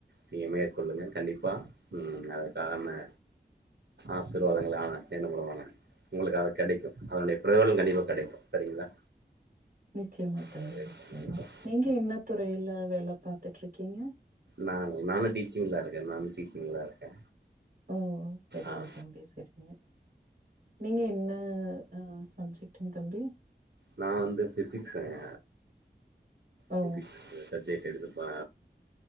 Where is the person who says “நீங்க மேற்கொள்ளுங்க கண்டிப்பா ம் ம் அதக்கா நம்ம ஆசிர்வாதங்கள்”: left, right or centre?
Right